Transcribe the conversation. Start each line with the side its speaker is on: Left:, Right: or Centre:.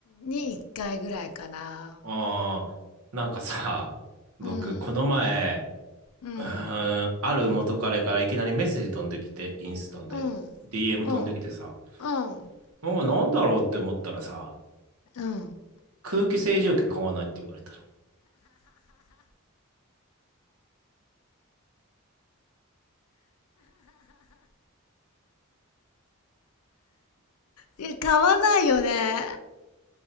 Left: に一回ぐらいかな。
Right: ああ、なんかさ、僕、
Left: うん。
Right: この前、
Left: うん。
Right: うーん、ある元彼からいきなりメッセージ飛んできて、インスタで、
Left: うん。
Right: DM
Left: うん。
Right: 飛んできてさ、
Left: うん。
Right: もうなんだろうって思ったらさ、
Left: うん。
Right: 空気清浄機買わないって言われたの。
Left: え、買わないよね。